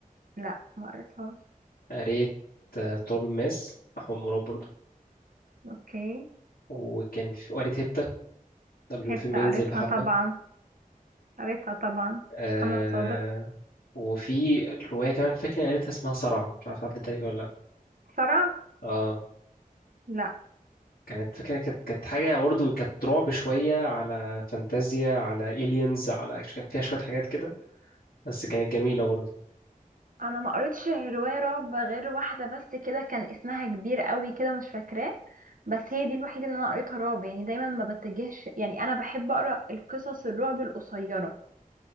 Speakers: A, on the right (about 65°); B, on the left (about 85°).
A: لا ما قريتهاش
B: قريت آه، تراب الماس أحمد مراد برضه
A: اوكي
B: وكان في وقريت هبتة قبل ما
A: هبت
B: الفيلم
A: قريتها
B: ينزل بحبة
A: طبعا قريتها طبعا
B: آه
A: محمد صادق
B: وفي الرواية كمان فاكر قريتها اسمها صرع مش عارف عدت عليك ولا لأ
A: صرع
B: اه
A: لا
B: كانت فاكرة كانت كانت حاجة برضه كانت رعب شوية على فانتازيا على إيليانز على كان فيها شوية حاجات كده بس كانت جميلة برضه
A: انا ما قريتش رواية رعب غير واحدة بس كده كان اسمها كبير قوي كده مش فاكراه بس هي دي الوحيدة اللي انا قريتها رعب يعني دايما ما بتجهش يعني انا بحب اقرا القصص الرعب القصيرة